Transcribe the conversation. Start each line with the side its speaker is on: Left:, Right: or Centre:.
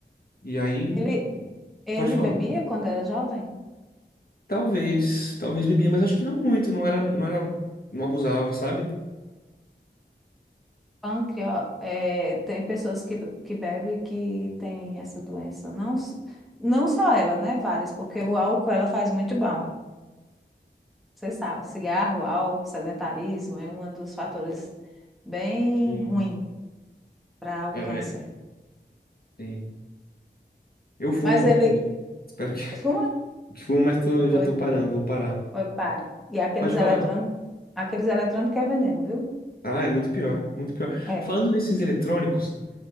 Left: E aí,
Centre: Ele, ele
Left: pode falar.
Centre: bebia quando era jovem?
Left: Talvez, talvez bebia, mas acho que não muito, não era, não era, não abusava, sabe?
Centre: Pâncreas, é, tem pessoas que, que bebem que tem essa doença. Não, s- não só ela, né? Várias, porque o álcool ela faz muito mal. Você sabe, cigarro, álcool, sedentarismo é um dos fatores bem
Left: Sim.
Centre: ruim para o
Left: É,
Centre: câncer.
Left: sim. Eu fumo,
Centre: Mas ele
Left: espero que, <laughs>
Centre: fuma?
Left: que fumo, mas tô, já
Centre: Foi,
Left: tô parando, vou parar.
Centre: foi, pare. E aqueles
Left: Pode falar.
Centre: eletrônicos, aqueles eletrônicos que é veneno, viu?
Left: Ah, é muito pior, muito pior.
Centre: É.
Left: Falando nesses eletrônicos,